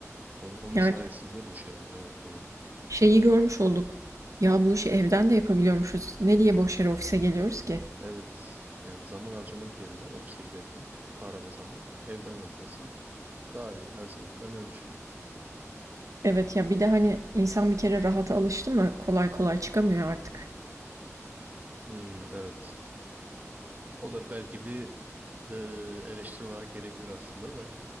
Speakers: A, on the right (about 30°); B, on the right (about 85°).
A: Onun, onun
B: Yani
A: sayesinde bu şey oldu. Evet doğru.
B: şeyi görmüş olduk. Ya bu işi evden de yapabiliyormuşuz. Ne diye boş yere ofise geliyoruz ki?
A: Evet. Yani zaman harcamak yerine ofise giderken para ve zaman evden yapması daha iyi her zaman. Ben öyle düşünüyorum.
B: Evet ya bir de hani insan bir kere rahata alıştı mı kolay kolay çıkamıyor artık.
A: Hmm, evet. O da belki bir e, eleştiri olarak gelebilir aslında da.